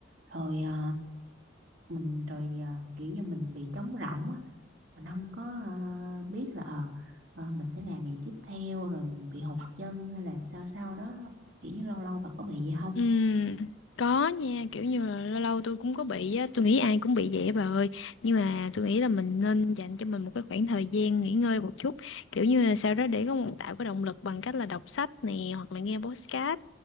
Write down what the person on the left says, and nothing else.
Ừm, có nha kiểu như là lâu lâu tôi cũng có bị á tôi nghĩ ai cũng bị vậy á bà ơi nhưng mà tôi nghĩ là mình nên dành cho mình một cái khoảng thời gian nghỉ ngơi một chút kiểu như là sau đó để có một tạo cái động lực bằng cách là đọc sách nè hoặc là nghe podcast